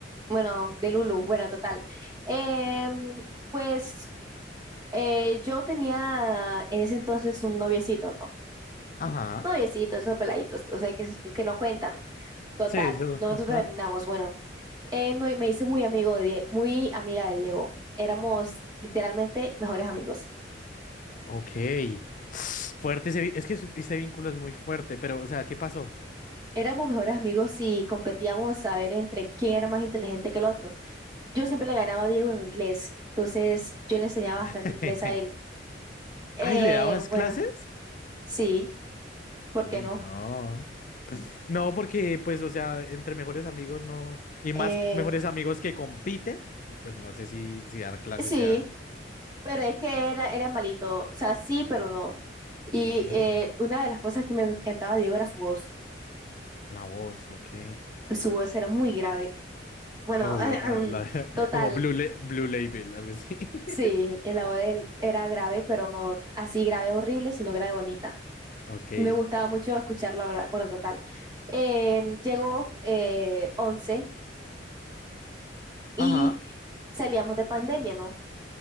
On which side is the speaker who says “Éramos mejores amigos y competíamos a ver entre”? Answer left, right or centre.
Right